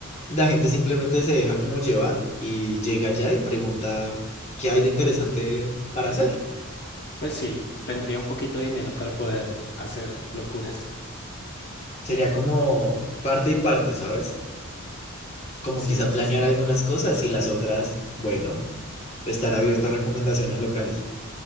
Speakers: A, on the left; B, on the left.
A: la gente simplemente se deja como llevar y llega allá y pregunta qué hay de interesante para hacer.
B: Pues sí, tendría un poquito de dinero para poder hacer locuras.
A: Sería como parte y parte, ¿sabes? Como
B: Sí,
A: quizá
B: sí,
A: planear
B: sí.
A: algunas cosas y las otras, bueno. estar abierto a recomendaciones locales.